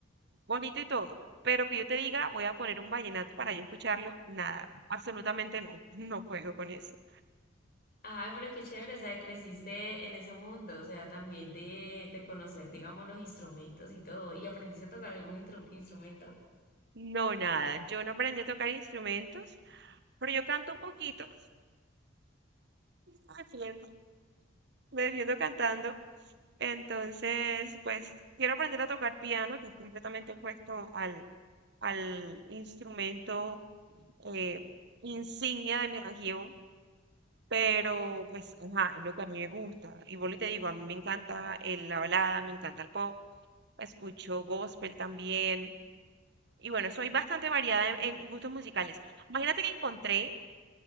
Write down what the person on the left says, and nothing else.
Ah, pero qué chévere, o sea, creciste en ese mundo, o sea, también de, de conocer, digamos, los instrumentos y todo. ¿Y aprendiste a tocar algún intru- instrumento?